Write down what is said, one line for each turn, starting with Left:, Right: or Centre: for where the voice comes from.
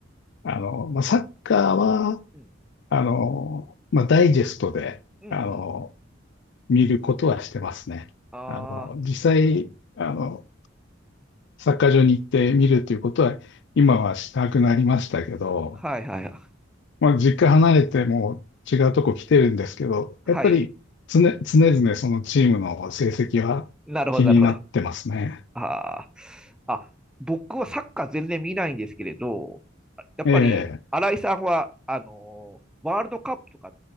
Left: あの、まあ、サッカーは、
Centre: うん。
Left: あのーまあ、ダイジェストで、
Centre: うん、
Left: あのー
Centre: うん。
Left: 見ることはしてますね。
Centre: ああ、
Left: あの、実際、
Centre: な、
Left: あの、サッカー場に行って見るということは、今はしたくなりましたけど、
Centre: うん。はい、はい、はい。
Left: まあ、実家離れてもう違うとこ来てるんですけど、
Centre: はい。
Left: やっぱり常、常々そのチームの成績は気になってますね。
Centre: なるほど、なるほど。ああ。あ、僕はサッカー全然見ないんですけれど、あやっぱり、
Left: ええ。
Centre: 新井さんは、あのーワールドカップとか、